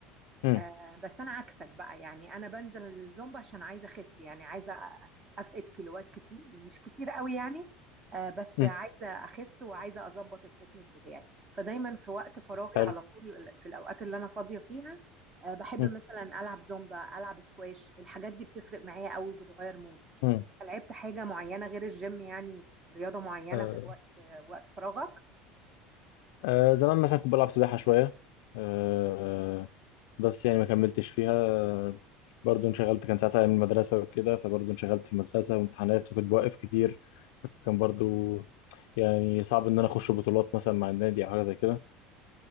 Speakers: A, on the left; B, on the right.
A: مم.
B: آه، بس انا عكسك بقى يعني انا بنزل الزومبا عشان عايزه اخس يعني عايزه أ- افقد كيلوات كتير مش كتير قوي يعني آه، بس
A: مم.
B: عايزه اخس وعايزه اظبط الفتنس بتاعي فدايما في وقت فراغي
A: حلو
B: على طول في الاوقات اللي انا فاضيه فيها آه، بحب
A: مم.
B: مثلا العب زومبا العب سكواش الحاجات دي بتفرق معايا قوي وبتغير مودي
A: مم.
B: أنت لعبت حاجه معينه غير الجيم يعني رياضه معينه
A: آه.
B: في وقت في وقت فراغك
A: آه. زمان مثلا كنت بلعب سباحة شوية آه. بس يعني ما كملتش فيها آه، برضو انشغلت كان ساعتها من المدرسة وكده فبرضو انشغلت في المدرسة وامتحانات وكنت بوقف كتير فكان برضو يعني صعب ان انا اخش بطولات مثلا مع النادي او حاجة زي كده